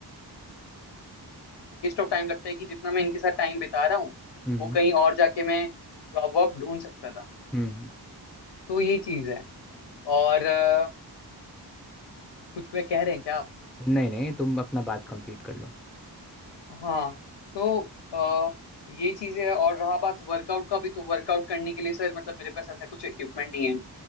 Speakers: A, on the left (about 80°); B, in the centre.
A: वेस्ट ऑफ टाइम लगता है कि जितना मैं इनके साथ टाइम बिता रहा हूँ
B: हम्म
A: वो कहीं और जाके मैं जॉब वॉब ढूंढ सकता था
B: हम्म हम्म। हम्म।
A: तो ये चीज है और अ, कुछ पे कह रहे हैं क्या आप
B: नहीं नहीं तुम अपना बात कंप्लीट कर लो
A: हाँ तो अ, ये चीज है और रहा बात वर्कआउट का भी तो वर्कआउट करने के लिए सर मतलब मेरे पास ऐसा कुछ इक्विपमेंट नहीं है